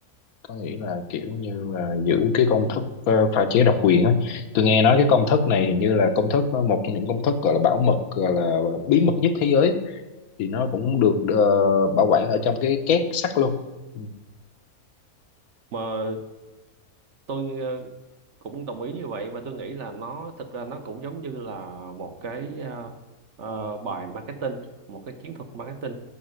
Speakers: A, on the left; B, on the right.
A: có nghĩa là kiểu như là giữ cái công thức ờ, pha chế độc quyền á. Tôi nghe nói cái công thức này hình như là công thức ờ, một trong những công thức gọi là bảo mật gọi là bí mật nhất thế giới á. thì nó cũng được ờ, bảo quản ở trong cái két sắt luôn. Ừ,
B: mà tôi ờ, cũng đồng ý như vậy và tôi nghĩ là nó thực ra nó cũng giống như là một cái ờ, ờ, bài marketing một cái chiến thuật marketing